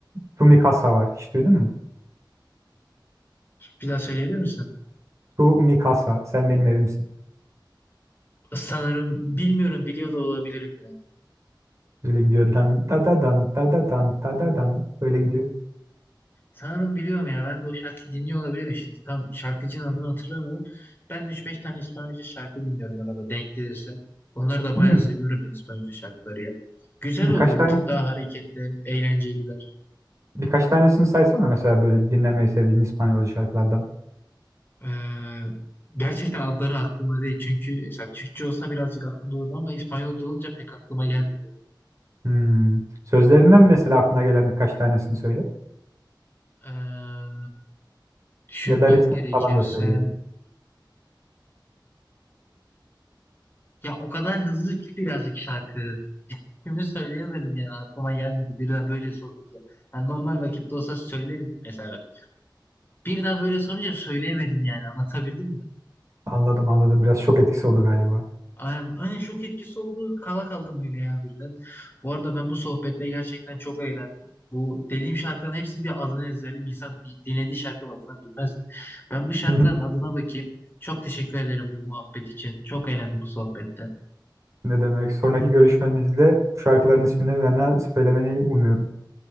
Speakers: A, on the right; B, on the left.
A: Tu Mi Casa var. Hiç duydun mu?
B: Bir daha söyleyebilir misin?
A: Tu Mi Casa. Sen benim evimsin.
B: Sanırım bilmiyorum biliyor da olabilirim
A: Böyle gidiyor. Dan da da dan da da dan da da dan. Böyle gidiyor.
B: Sanırım biliyorum ya. Ben de o şarkı dinliyor olabilirim şimdi. Tam şarkıcının adını hatırlamıyorum. Ben de 3-5 tane İspanyolca şarkı dinliyorum arada denk gelirse. Onları da
A: Hmm.
B: bayağı seviyorum ben İspanyolca şarkıları ya. Güzel
A: Birkaç
B: oluyor.
A: tane
B: Bir tık daha hareketli, eğlenceliler.
A: birkaç tanesini saysana mesela böyle dinlemeyi sevdiğin İspanyolca şarkılardan.
B: Ee, gerçekten adları aklıma değil. Çünkü mesela Türkçe olsa birazcık aklımda olurdu ama İspanyolca olunca pek aklıma gelmiyor.
A: Hmm. Sözlerinden mesela aklına gelen birkaç tanesini söyle.
B: Ee, düşünmem
A: Ya da ritmini
B: gerekirse
A: falan da söyleyebilirim.
B: Ya o kadar hızlı ki birazcık şarkı. Şimdi söyleyemedim yani aklıma gelmedi birden böyle sorunca. Yani normal vakitte olsa söylerim mesela. Birden böyle sorunca söyleyemedim yani anlatabildim mi?
A: Anladım anladım. Biraz şok etkisi oldu galiba.
B: Aynen, aynen şok etkisi oldu. Kala kaldım öyle ya birden. Bu arada ben bu sohbette gerçekten çok eğlendim. Bu dediğim şarkının hepsi bir adını ezberim. İnsan di- dinlediği şarkının adını bilmez mi? Ben bu şarkının
A: <laughs>
B: adına bakayım. Çok teşekkür ederim bu muhabbet için. Çok eğlendim bu sohbette.
A: Ne demek? Sonraki görüşmemizde bu şarkıların ismini bana söylemeni umuyorum.